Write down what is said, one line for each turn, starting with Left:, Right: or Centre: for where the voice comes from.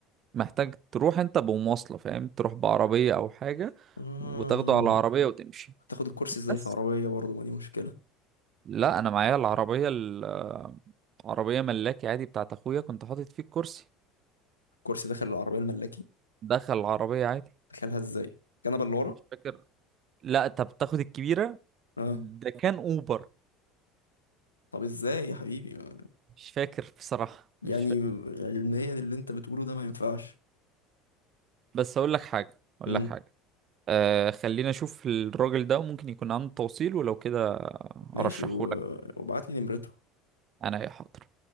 Right: محتاج تروح انت بمواصلة فاهم تروح بعربية او حاجة
Left: آه.
Right: وتاخده على العربية وتمشي
Left: هتاخد الكرسي ازاي
Right: بس
Left: في عربية برضه ما دي مشكلة
Right: لا انا معايا العربية ال- آه، عربية ملاكي عادي بتاعت اخويا كنت حاطط فيه الكرسي
Left: الكرسي داخل العربية الملاكي
Right: دخل العربية عادي
Left: دخلها ازاي الكنبة اللي ورا
Right: مش فاكر لا انت بتاخد الكبيرة
Left: اه
Right: ده كان اوبر
Left: طب ازاي يا حبيبي ما-
Right: مش فاكر بصراحة
Left: يعني
Right: مش فاكر
Left: علميا اللي انت بتقوله ده ما ينفعش
Right: بس اقول لك حاجة اقول
Left: امم
Right: لك حاجة آه خلينا اشوف الراجل ده وممكن يكون عنده توصيل ولو كده
Left: ماشي
Right: ارشحه
Left: و... وابعت لي نمرته
Right: انا يا حاضر